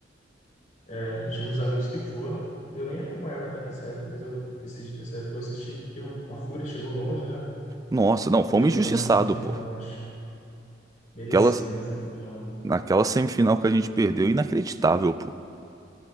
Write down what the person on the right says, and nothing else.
Nossa,
não,
fomos
injustiçados,
pô.
Aquela
naquela semifinal que a gente perdeu, inacreditável, pô.